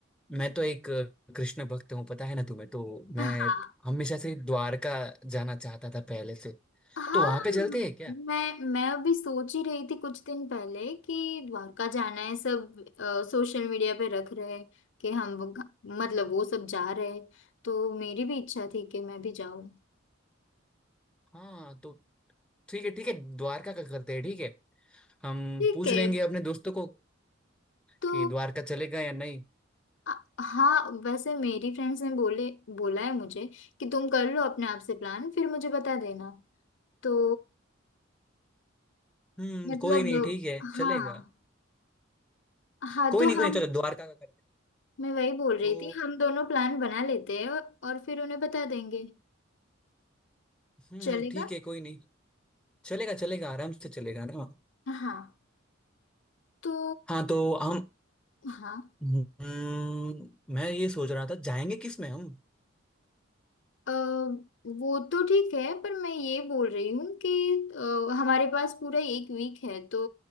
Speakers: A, in the centre; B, on the left (about 65°).
A: मैं तो एक अ, कृष्ण भक्त हूँ पता है ना तुम्हें तो मैं
B: हाँ
A: हमेशा से द्वारका जाना चाहता था पहले से
B: हाँ
A: तो वहां पे चलते हैं क्या
B: मैं मैं अभी सोच ही रही थी कुछ दिन पहले कि द्वारका जाना है सब सोशल मीडिया पे रख रहे हैं कि हम वो ग- मतलब वो सब जा रहे हैं तो मेरी भी इच्छा थी कि मैं भी जाऊं
A: हाँ तो ठीक है ठीक है द्वारका का करते हैं ठीक है हम
B: ठीक
A: पूछ
B: है
A: लेंगे अपने दोस्तों को
B: तो
A: कि द्वारका चलेगा या नहीं
B: अ, हाँ वैसे मेरी फ्रेंड्स ने बोले बोला है मुझे कि तुम कर लो अपने आप से प्लान फिर मुझे बता देना तो
A: हम्म
B: मतलब
A: कोई नहीं ठीक है चलेगा
B: हाँ हाँ
A: कोई
B: तो
A: नहीं कोई
B: हम
A: नहीं चलो द्वारका का करते हैं।
B: मैं वही बोल रही
A: तो
B: थी हम दोनों प्लान बना लेते हैं और, और फिर उन्हें बता देंगे
A: हम्म
B: चलेगा
A: ठीक है कोई नहीं चलेगा चलेगा आराम से चलेगा ना
B: हाँ तो
A: हाँ तो हम
B: हाँ
A: हम्म, मैं ये सोच रहा था जाएंगे किस में हम
B: अ, वो तो ठीक है पर मैं ये बोल रही हूँ कि अ, हमारे पास पूरा एक वीक है तो